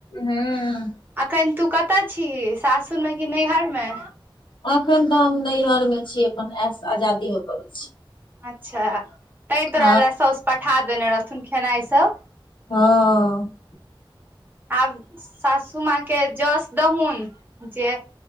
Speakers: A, on the left; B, on the right.
A: हूँ
B: अखन तू कतय छीह सासुरमे कि नैहरमे?
A: अखन तऽ हम नैहर में छी अपन ऐस आजादी में पलल छी।
B: अच्छा तैं तोरा
A: हँ
B: लए साउस पठा देने रहथुन खेनाइ सब।
A: हँ।
B: आब सासू माँ के जस दहुन। जे